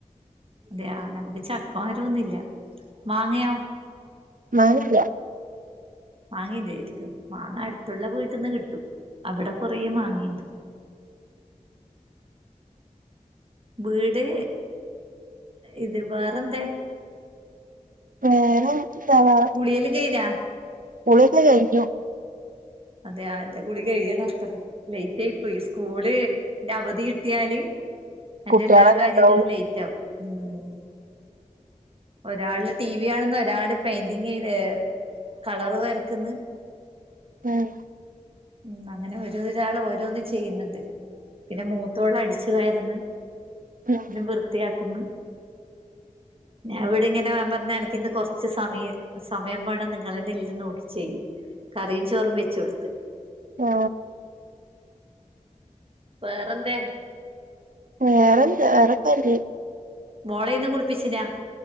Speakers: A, on the right (about 45°); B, on the right (about 80°).
A: അതെയാ നമുക്ക് ചക്ക മരമൊന്നും ഇല്ല മാങ്ങയെ
B: മാങ്ങ ഇല്ല
A: മാങ്ങയുണ്ട് അടുത്തുള്ള വീട്ടിൽന്ന് കിട്ടും അവിടെ കൊറേ മാങ്ങാണ്ട് വീട് ഇത് വേറെന്താ
B: വേറെയൊന്നുല്ല
A: കുളിയെല്ലാം കഴിഞ്ഞാ
B: കുളി യൊക്കെ കഴിഞ്ഞു
A: അതെയോ എന്റെ കുളി കഴിയണം അത്ര ലേറ്റ് ആയി പോയി സ്കൂള് ന്റെ അവധി കിട്ടിയാല് എന്റെ
B: കുട്ടികളെല്ലാം
A: എല്ലാ കാര്യങ്ങളും
B: ഉണ്ടാവും
A: ലേറ്റ് ആവും ഉം ഒരാള് ടി വി കാണുന്ന ഒരാള് പെയിന്റിങ് ചെയ കളർ വരക്ന്ന്
B: <unintelligible>
A: ഉം അങ്ങനെ ഒരോരാള് ഓരോന്ന് ചെയ്യ്ന്ന്ണ്ട്. പിന്നെ മൂത്തോള് അടിച്ച് വാര്ന്ന്.
B: <unintelligible>
A: വൃത്തിയാക്ക്ന്ന് ഞാ ഇവടെ ഇങ്ങനെ ഞാൻ പർഞ്ഞു എനക്ക് ഇന്ന് കൊർച്ച് സമയ സമയം വേണം നിങ്ങളെന്നേല്ലാം നോക്കി ചെയ്യു കറിയും ചോറും വെചോടു
B: ആ
A: വേറന്തേ?
B: വേറെന്താ വേറെ <unintelligible>
A: മോളെ ഇന്ന് കുൾപ്പിച്ചിനാ?